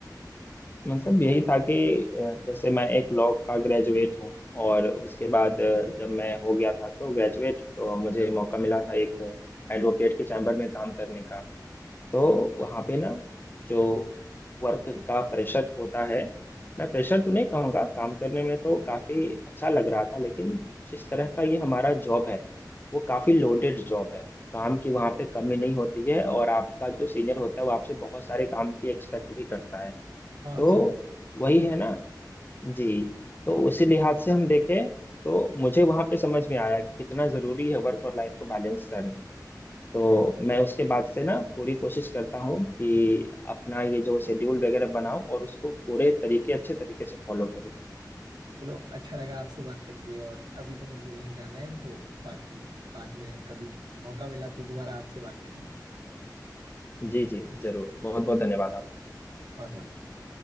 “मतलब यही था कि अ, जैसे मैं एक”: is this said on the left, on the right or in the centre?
Left